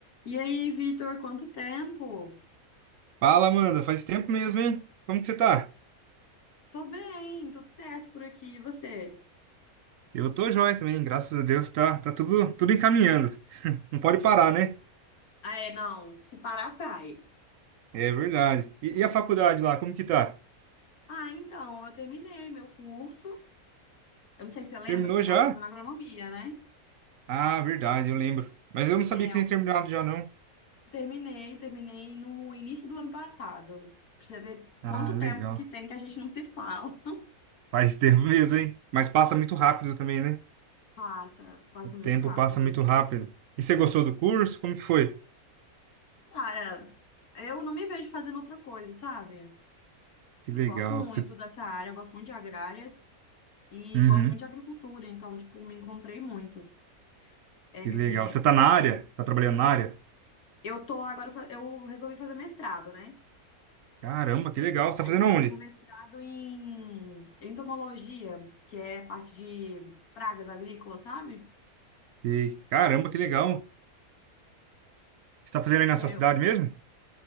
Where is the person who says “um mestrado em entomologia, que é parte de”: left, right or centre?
Left